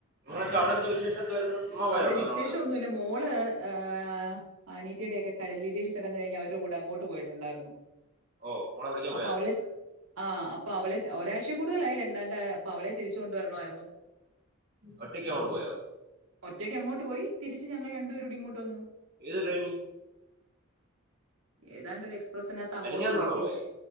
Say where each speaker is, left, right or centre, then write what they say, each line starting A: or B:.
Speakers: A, on the right (about 45°); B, on the right (about 75°).
A: നിങ്ങളെന്താ അവിടെ എന്താ വിശേഷം എന്തുവായിരുന്നു ചുമ്മാ പോയതാന്നോ
B: അവിടെ വിശേഷം
A: എറണാകുളത്ത്
B: ഒന്നുല്ല മോള് ഏ അനിയത്തീടെക്കെ കല്ലിടൽ ചടങ്ങ് കഴിഞ്ഞ് അവരുടെ കൂടെ അങ്ങോട്ട് പോയിട്ടുണ്ടായിരുന്നു
A: ഓ മോളെ വിളിക്കാൻ
B: അപ്പൊ
A: പോയതാന്നോ
B: അവള് ആ അപ്പൊ അവള് ഒരാഴ്ച കൂടുതൽ ആയി രണ്ട് ണ്ട് അപ്പൊ അവളെ തിരിച്ചു കൊണ്ട് വരണം ആയിരുന്നു
A: ഒറ്റയ്ക്കങ്ങോട്ട് പോയോ
B: ഒറ്റയ്ക്കങ്ങോട്ട് പോയി തിരിച്ച് ഞങ്ങൾ രണ്ട് പേരൂടെ ഇങ്ങോട്ട് വന്നു
A: ഏത് ട്രെയിനി
B: ഏതാണ്ട് ഒരു എസ് ക്സ്പ്രസ്സിനാത്ത് അങ്ങോട്ട്
A: മെനഞ്ഞാന്നാണോ
B: പോയി തിരിച്ച്
A: പോയെ